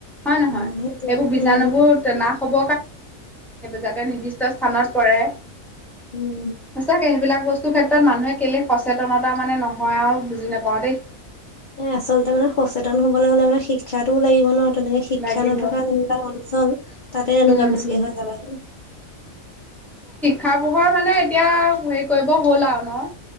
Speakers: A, in the centre; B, on the left.
A: হয় নহয়
B: অ', সেইটোৱে
A: এইবোৰ বীজাণু
B: উম,
A: বোৰ নাশ হব। যাতে নিৰ্দিষ্ট স্থানত পৰে
B: উম।
A: সঁচাকে সেইবিলাক। বস্তু ক্ষেত্ৰত মানুহে কেলে সচেতনতা মানে নহয় আৰু বুজি নাপাওঁ দেই।
B: এ আচলতে মানে সচেতন হ'বলৈ হ'লে মানে শিক্ষাটোও লাগিব ন। তেনেকে শিক্ষা
A: লাগিব
B: নথকা যোনবিলাক অঞ্চল। তাতে এনেকুৱা
A: উম,
B: বেছিকে হয় চাবাচোন।
A: খাৰ পোহৰ মানে এতিয়া হেৰি কৰিব হ'ল আৰু ন